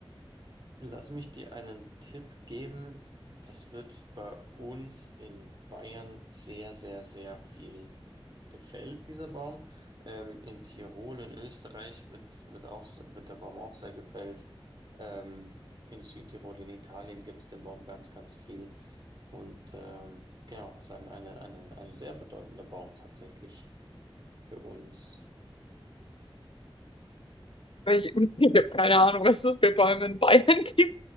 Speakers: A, on the right; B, on the left.
A: Lass mich dir einen Tipp geben. Das wird bei uns in Bayern sehr, sehr, sehr viel gefällt, dieser Baum. Ähm, in Tirol, in Österreich wird, wird auch, wird der Baum auch sehr gefällt. Ähm, in Südtirol, in Italien gibt es den Baum ganz, ganz viel. Und ähm, genau, es ist ein, eine, eine, ein sehr bedeutender Baum tatsächlich für uns.
B: weil Ich, <laughs> ich habe keine Ahnung, was das für Bäume in Bayern gibt. Ich